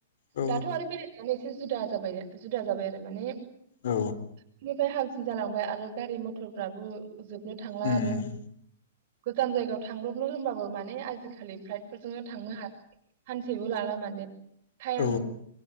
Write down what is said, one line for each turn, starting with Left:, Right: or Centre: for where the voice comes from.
Left: औ
Right: दाथ' आरो बेराय। एसे जुदा जाबाय जुदा जाबाय आरो माने।
Left: औ
Right: <unintelligible> सिन जालांबाय आरो गारि मथरफ्राबो। जोबनो थांला
Left: उम
Right: आरो गोजान जायगायाव थांब्रबनो होनबाबो माने आजिखालि फ्लाइटफोरजोंनो थांनो हासै सानसेबो लाला माने टाइम
Left: औ